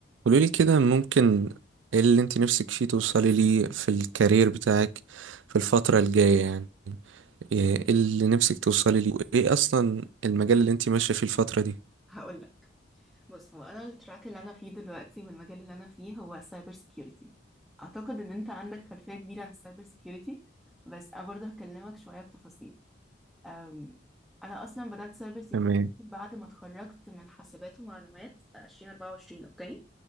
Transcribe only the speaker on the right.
قولولي كده ممكن ايه اللي انت نفسك فيه توصلي ليه في الكارير بتاعك في الفترة الجاية يعني ايه إيه اللي نفسك توصلي ليه وايه اصلا المجال اللي انت ماشية فيه الفترة دي
تمام